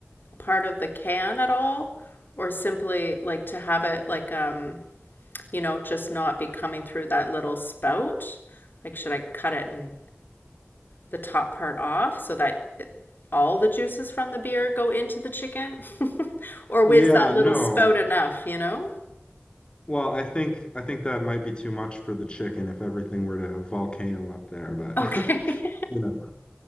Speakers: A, on the left; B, on the left.
A: part of the can at all or simply like to have it like um, you know, just not be coming through that little spout? Like should I cut it and the top part off so that it, all the juices from the beer go into the chicken? <laughs> Or
B: Yeah,
A: is that little
B: no.
A: spout enough, you know?
B: Well, I think I think that might be too much for the chicken if everything were to volcano up there, but
A: Okay.
B: <laughs> you know.